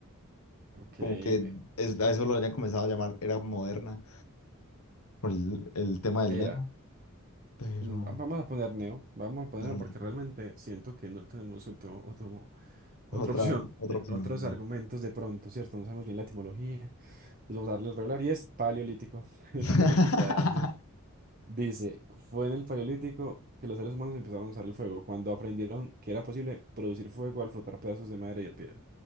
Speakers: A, on the right; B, on the left.
A: Ok,
B: como
A: eh,
B: que es- a eso lo habrían comenzado a llamar era moderna por el, el tema del
A: era.
B: neo, pero
A: Mm, va- Vamos a poner neo. Vamos a poner
B: neolítico.
A: neo porque realmente siento que no tenemos otro, otro Otra
B: Otra,
A: opción,
B: otra
A: de-
B: opción,
A: otros
B: va.
A: argumentos de pronto, ¿cierto? No sabemos bien la etimología. Entonces vamos a darle regular y es paleolítico. <laughs>
B: <laughs>
A: Rayos. Dice, fue en el paleolítico que los seres humanos empezaron a usar el fuego, cuando aprendieron que era posible producir fuego al frotar pedazos de madera y de piedra.